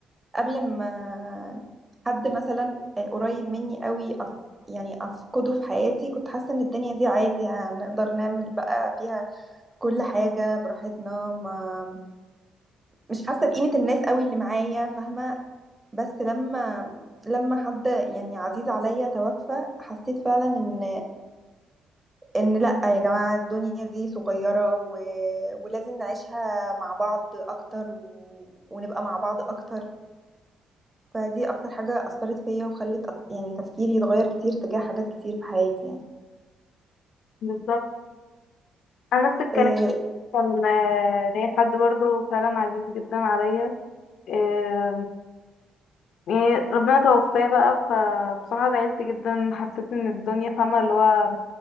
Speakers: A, on the right (about 15°); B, on the left (about 70°).
A: قبل ما حد مثلا آه، قريب مني قوي أف يعني افقده في حياتي كنت حاسة ان الدنيا دي عادي يعني هنقدر نعمل بقى فيها كل حاجة براحتنا ما مش حاسة بقيمة الناس قوي اللي معايا فاهمة بس لما لما حد يعني عزيز عليا توفى حسيت فعلا ان ان لا يا جماعة الدنيا دي صغيرة و... ولازم نعيشها مع بعض اكتر و... ونبقى مع بعض اكتر فدي اكتر حاجة اثرت فيا وخلت أف... يعني تفكيري يتغير كتير تجاه حاجات كتير في حياتي يعني
B: بالظبط انا نفس الكلام
A: إيه،
B: كان آه، ليا حد برضه فعلا عزيز جدا عليا آه، يعني ربنا توفاه بقى فبصراحة زعلت جدا حسيت ان الدنيا فاهمة اللي هو